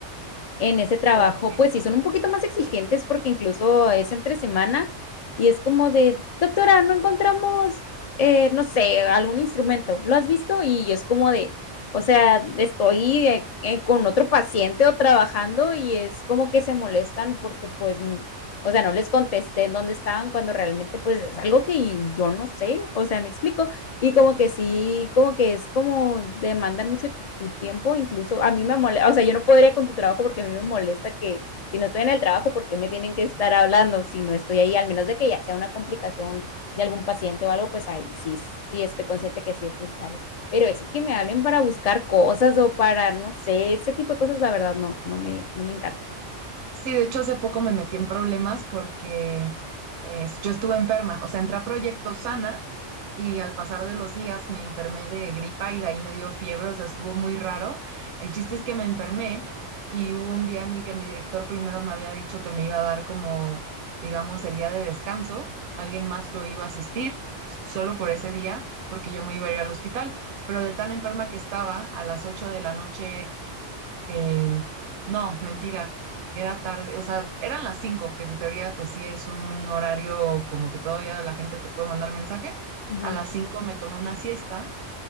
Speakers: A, on the left; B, on the right.
A: en ese trabajo,
B: Ok,
A: pues sí, son un poquito más exigentes porque incluso es entre semana y es como de, doctora, no encontramos, eh, no sé, algún instrumento, ¿lo has visto? Y es como de, o sea, estoy eh, eh, con otro paciente o trabajando y es como que se molestan porque pues, o sea, no les contesté en dónde estaban cuando realmente pues es algo que yo no sé, o sea, me explico. Y como que sí, como que es como demandan mucho tu tiempo, incluso a mí me molesta, o sea, yo no podría con tu trabajo porque a mí me molesta que si no estoy en el trabajo, ¿por qué me tienen que estar hablando si no estoy ahí? Al menos de que ya sea una complicación de algún paciente o algo, pues ahí sí, sí estoy consciente que sí es necesario. Pero eso que me hablen para buscar cosas o para, no sé, ese tipo de cosas, la verdad, no, no me, no me encanta.
B: Sí, de hecho hace poco me metí en problemas porque es- yo estuve enferma, o sea, entré a proyecto sana y al pasar de los días me enfermé de gripa y de ahí me dio fiebre, o sea, estuvo muy raro. El chiste es que me enfermé y hubo un día en el que mi director primero me había dicho que me iba a dar como, digamos, el día de descanso, alguien más lo iba a asistir s- solo por ese día porque yo me iba a ir al hospital, pero de tan enferma que estaba, a las ocho de la noche Em, no, mentira. Era tarde, o sea, eran las 5 que en teoría pues sí es un horario como que todavía la gente te puede mandar mensaje.
A: Ajá.
B: A las 5 me tomé una siesta